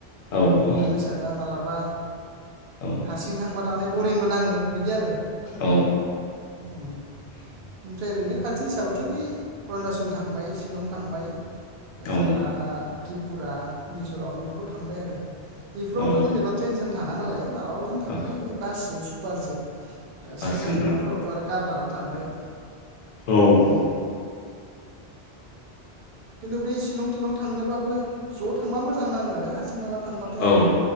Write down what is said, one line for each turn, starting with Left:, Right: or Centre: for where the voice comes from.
Left: औ औ
Right: दा बेसादा माला बा
Left: औ
Right: हारसिं थांबा नानै बरिंबो नाङो। बिदि आरो
Left: औ
Right: उम ओमफ्राय ओरैनो खाथि हिसाबैथ' बै अरुणाचल थांबाय शिलं थांबाय।
Left: औ
Right: जाहा त्रि फुरा मिज'राम बेफोराव थांबाय आरो बेफोरावथ'
Left: औ
Right: जेनेबा ट्रेन सेन थाङा नालाय माबाजों थांबाय
Left: औ
Right: बे बासजों पारजो
Left: बासजों
Right: सिलं तिलंफोरावथ' आरो कार लानानै थांबाय।
Left: ओं
Right: बिदिहै। खिन्थु बे शिलं तिलं थांनोबाबो ज' थांबा मोजां नाङो आरो हारसिंहाला थांबाथाय
Left: औ
Right: आरो